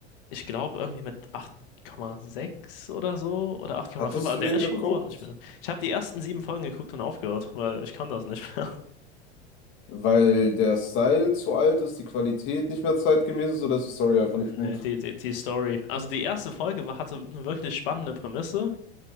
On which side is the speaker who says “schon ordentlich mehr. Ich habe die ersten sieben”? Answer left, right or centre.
Left